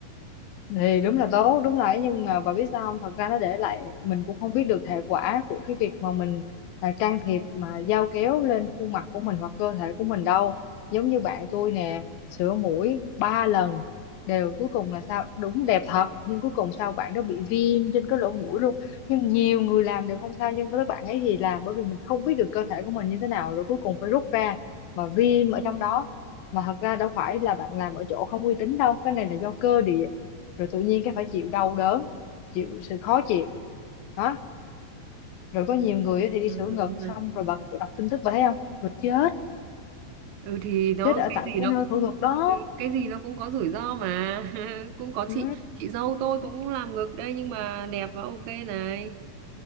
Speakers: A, on the left; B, on the right.
A: thì đúng là tốt đúng là ấy, nhưng mà bà biết sao không thật ra nó để lại mình cũng không biết được hệ quả của cái việc mà mình à, can thiệp mà dao kéo lên khuôn mặt của mình hoặc cơ thể của mình đâu giống như bạn tôi nè sửa mũi ba lần đều cuối cùng là sao đúng đẹp thật nhưng cuối cùng sao bạn đó bị viêm trên cái lỗ mũi luôn nhưng nhiều người làm đều không sao nhưng tới bạn ấy thì làm bởi vì mình không biết được cơ thể của mình như thế nào rồi cuối cùng phải rút ra mà viêm ở trong đó mà thật ra đâu phải là bạn làm ở chỗ không uy tín đâu cái này là do cơ địa rồi tự nhiên cái phải chịu đau đớn chịu sự khó chịu đó rồi có nhiều người á thì đi
B: ừ,
A: sửa
B: ừ.
A: ngực xong
B: ừ
A: rồi bật đọc tin tức và thấy không rồi chết
B: Ừ, thì nó
A: chết ở
B: cái
A: tại
B: gì
A: cái
B: nó
A: nơi
B: cũng
A: phẫu thuật đó
B: ừ, cái gì nó cũng có rủi ro mà <laughs> cũng có
A: ừ.
B: chị chị dâu tôi cũng làm ngực đây nhưng mà đẹp và ok này